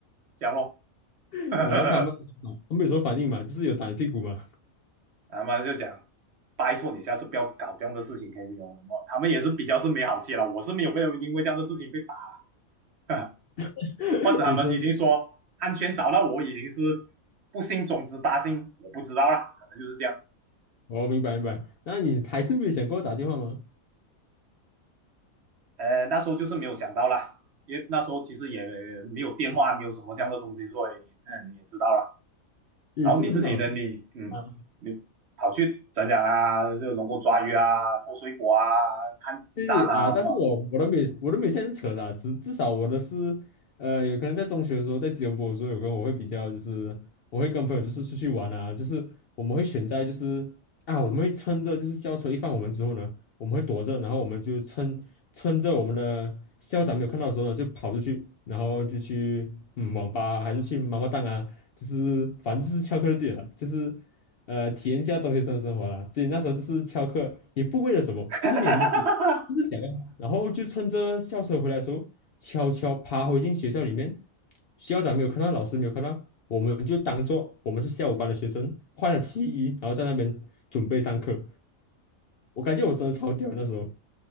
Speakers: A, on the right; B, on the left.
A: 这样咯。
B: <laughs>
A: <laughs>
B: 然后他们他们有什么反应嘛，就是有打你屁股嘛。
A: 他们就讲，拜托你下次不要搞这样的事情，可以用什么？他们也是比较是没好气了，我是没有被因为这样的事情被打。
B: <laughs>
A: 或者他们已经说安全找到我已经是不幸种子大幸，
B: 你真的是，
A: 我不知道啦，可能就是这样。
B: 哦，明白明白。那你还是没有想过打电话吗？
A: 呃，那时候就是没有想到啦，因为那时候其实也没有电话，没有什么这样的东西，所以嗯你也知道啦。
B: 你真的很好笑
A: 然后你自己呢，你嗯你跑去讲讲啊，
B: 啊。
A: 就能够抓鱼啊，偷水果啊，看鸡蛋啊什么，
B: 谢谢啊，但是我我都没有我都没有现在是扯的只至至少我的是，呃，有可能在中学的时候，在吉隆坡的时候，有可能我会比较就是，我会跟朋友就是出去玩啊，就是我们会选在就是啊，我们会趁着就是校车一放我们之后呢，我们会躲着，然后我们就趁趁着我们的校长没有看到的时候呢，就跑出去，然后就去嗯网吧啊还是去妈妈档啊，就是反正就是翘课就对了，就是。呃，体验一下中学生的生活啦。所以那时候就是翘课，也不为了什么，
A: <laughs>
B: 就是没有目的。
A: 哈哈哈
B: 就是想要，
A: <laughs>
B: 然后就趁着校车回来的时候，悄悄爬回进学校里面。校长没有看到，老师没有看到，我们就当做我们是下午班的学生，换了 T 衣，然后在那边准备上课。我感觉我真的超屌那时候。